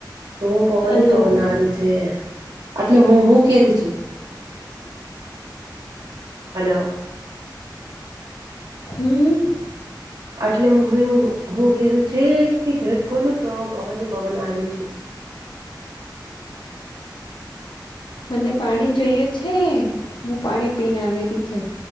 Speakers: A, on the right; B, on the left.
A: તો પવન
B: હલો
A: પવનરું છે, એટલે મો હું કે્યું છે? હલો.
B: હમ.
A: એટલે હું કેછે કે ઘર ખોલું તો પવન પવન આર્યું છે.
B: મને પાણી જોયું છે હું પાણી પીને આવેલી છે.